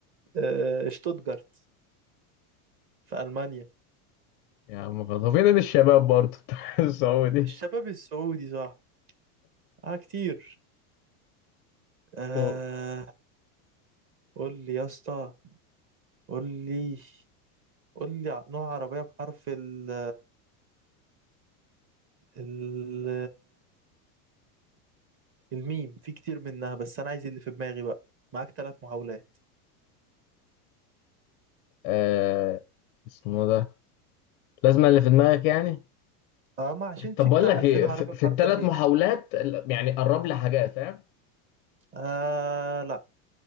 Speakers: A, on the right; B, on the left.
A: آه، شتوتجارت في ألمانيا
B: يا عم خلاص هو في نادي الشباب برضه بتاع <laughs> السعودي
A: الشباب السعودي صح اه كتير آه
B: هو-
A: قول لي يا اسطى قول لي قول لي ع- نوع عربية بحرف ال ال الميم في كتير منها بس أنا عايز اللي في دماغي بقى معاك ثلاث محاولات
B: آه اسمه ده لازم اللي في دماغك يعني
A: اه ما عشان في
B: طب بقول
A: بتاع
B: لك
A: 2000
B: ايه
A: عربية
B: في, في
A: بحرف
B: الثلاث
A: الميم
B: محاولات ال- يعني قرب لي حاجات فاهم
A: آه لا